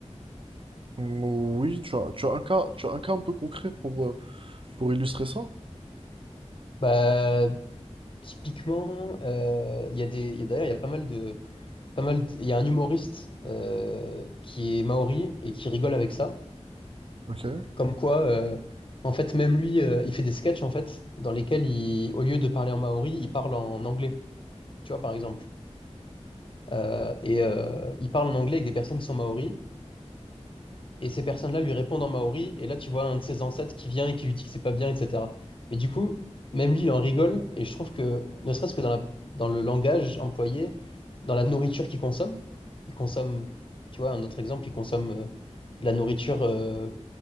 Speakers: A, on the right; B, on the left.
A: Mm, Oui, tu as, tu as un cas, tu as un cas un peu concret pour, euh, pour illustrer ça?
B: Bah, typiquement, euh, il y a des, il y a- d'ailleurs, il y a pas mal de pas mal. Il y a un humoriste euh, qui est maori et qui rigole avec ça.
A: Ok.
B: Comme quoi, euh, en fait, même lui, euh, il fait des sketchs en fait dans lesquels il, au lieu de parler en maori, il parle en anglais. Tu vois, par exemple. Euh, et euh, il parle en anglais avec des personnes qui sont maoris. Et ces personnes-là lui répondent en maori, et là tu vois un de ses ancêtres qui vient et qui lui dit que c'est pas bien, etc. Mais du coup, même lui, il en rigole, et je trouve que, ne serait-ce que dans la, dans le langage employé, dans la nourriture qu'il consomme, il consomme, tu vois, un autre exemple, il consomme euh, de la nourriture euh,